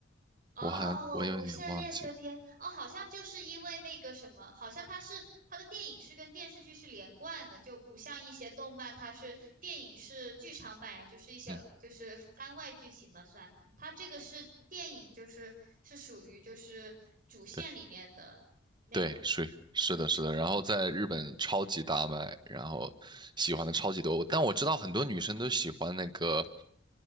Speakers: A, on the right; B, on the right.
A: 哦，
B: 我好像我有点忘记了。
A: 《无限列车篇》哦，好像就是因为那个什么，好像它是它的电影是跟电视剧是连贯的，就不像一些动漫，它是电影是剧场版呀，就是一些就是番外剧情嘛，
B: 嗯，
A: 算。它这个是电影，就是是属于就是主线里面的内容。
B: 对对，是是的，是的。然后在日本超级大卖，然后喜欢的超级多。但我知道很多女生都喜欢那个